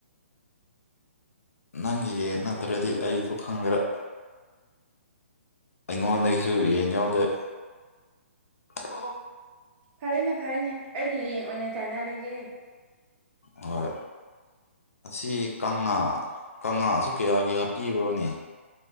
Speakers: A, on the left; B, on the right.
A: ꯅꯪꯒꯤ ꯌꯦꯟ ꯅꯠꯇ꯭ꯔꯗꯤ ꯑꯩꯁꯨ ꯈꯪꯗ꯭ꯔꯦ <unintelligible> ꯑꯩꯉꯣꯟꯗꯒꯤꯁꯨ ꯌꯦꯟ ꯌꯥꯎꯗꯦ <unintelligible>
B: ꯐꯔꯦꯅꯦ ꯐꯔꯦꯅꯦ ꯑꯩꯒꯤ ꯌꯦꯡ ꯑꯣꯏꯅ ꯇꯥꯏꯅꯔꯒꯦ
A: ꯍꯣꯏ ꯑꯁꯤ ꯀꯪꯉꯥ ꯀꯪꯉꯥꯁꯤ ꯀꯌꯥ ꯀꯌꯥ ꯄꯤꯕ꯭ꯔꯣꯅꯦ